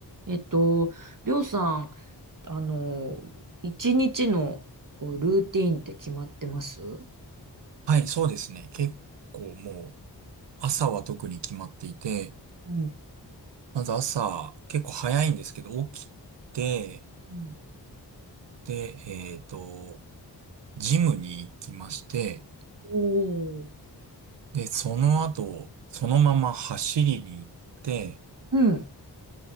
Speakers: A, on the right (about 50°); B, on the right (about 80°).
A: えっと、りょうさん、あの、一日のこうルーティーンって決まってますう
B: はい、そうですね。結構もう、朝は特に決まっていて、
A: ん。
B: まず朝、結構早いんですけど、起きて、
A: うん
B: で、えっと、ジムに行きまして、
A: おー
B: で、その後、そのまま走りに行って、
A: うん。